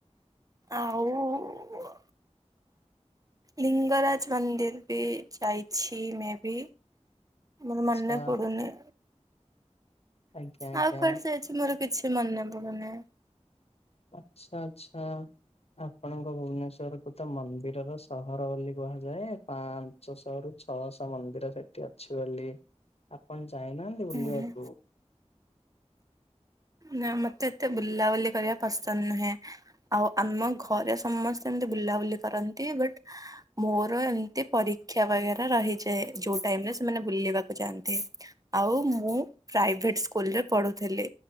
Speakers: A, on the right; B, on the left.
A: ଆଉ ଲିଙ୍ଗରାଜ ମନ୍ଦିର ବି ଯାଇଛି ମେ ବି। ମୋର
B: ଆଚ୍ଛା
A: ମନେ ପଡ଼ୁନି।
B: ଆଜ୍ଞା ଆଜ୍ଞା।
A: ଆଉ କୁଆଡେ ଯାଇଛି ମୋର କିଛି ମନେ ପଡୁନି।
B: ଆଛା ଆଚ୍ଛା। ଆପଣଙ୍କ ଭୁବନେଶ୍ଵରକୁ ତ ମନ୍ଦିରର ସହର ବୋଲି କୁହାଯାଏ ପା। ପାଞ୍ଚଶହରୁ ଛଅଶହ ମନ୍ଦିର ସେଠି ଅଛି ବୋଲି ଆପଣ ଯାଇନାହାନ୍ତି ବୁଲିବାକୁ?
A: ହୁଁ ହୁଁ। ନା ମତେ ଏତେ ବୁଲାବୁଲି କରିବା ପସନ୍ଦ ନୁହେଁ। ଆଉ ଆମ ଘରେ ସମସ୍ତେ ଏମିତି ବୁଲାବୁଲି କରନ୍ତି ବଟ୍ ମୋର ଏମିତି ପରୀକ୍ଷା ବଗେରା ରହିଯାଏ ଯୋଉ ଟାଇମରେ ସେମାନେ ବୁଲିବାକୁ ଯାଆନ୍ତି। ଆଉ ମୁଁ ପ୍ରାଇଭେଟ୍ ସ୍କୁଲରେ ପଢ଼ୁଥିଲି।